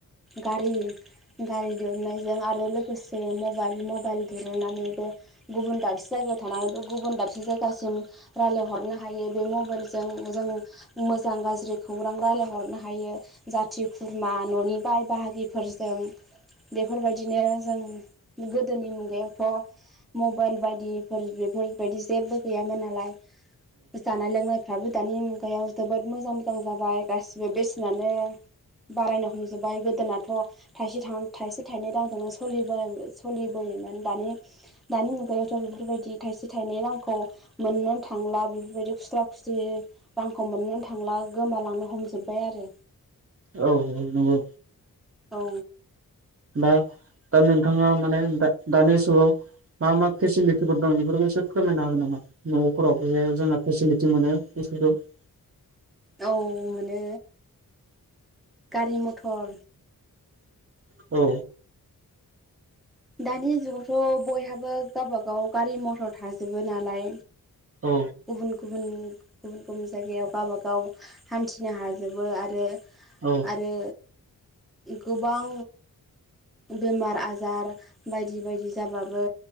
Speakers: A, in the centre; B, on the right.
A: गारि - गारि दिहुननायजों आरो लोगोसे मबाइल -मबाइल दिरुननानैबो गुबुन दाबसे जायगायाव थानानैबो गुबुन दाबसे जायगासिम रायलायहरनो हायो बे मबाइलजों। जों मोजां-गाज्रि खौरां रायलाय हरनो हायो। जाति- खुरमा खुरमा न'नि बाय- बाहागिफोरजों। बेफोरबायदिनो जों गोदोनि मुगायावथ' मबाइल बायदिफोर बेफोरबायदि जेबो गैयामोन नालाय, जानाय लोंनायफ्राबो दानि मुगायाव जोबोद मोजां- मोजां जाबाय गासिबो बेसेनानो। बारायनो हमजोब्बाय गोदोनाथ' थाइसे थां थाइसे, थाइनै रांजोंनो सलिनाय -सोलिबोयो। दानि -दानि मुगायावथ' बेफोरबायदि थाइसे, थाइनै रांखौ मोननो थांला। बिदि खुस्रा -खुस्रि रांखौ मोननो नो थांला गोमालांनो हमजोबबाय आरो।
B: औ नंगौ नंगौ।
A: औ।
B: दा नोंथाङा माने दा-दानि जुगाव मा- मा फेसिलिटिफोर दं बेफोरखौ एसे फोरमायनो हागोन नामा? न'फोराव बे जोंना फेसिलिटि मोनो। <unintelligible>
A: <unintelligible> औ मोनो, गारि -मथर
B: औ।
A: दानि जुगावथ' बयहाबो गावबा -गाव गारि- मथर थाजोबो नालाय।
B: औ
A: गुबुन -गुबुन- गुबुन- गुबुन जायगायाव गावबा-गाव गाव हान्थिनो हाजोबो आरो-आरो
B: औ
A: गोबां बेमार - आजार बायदि - बायदि जाबाबो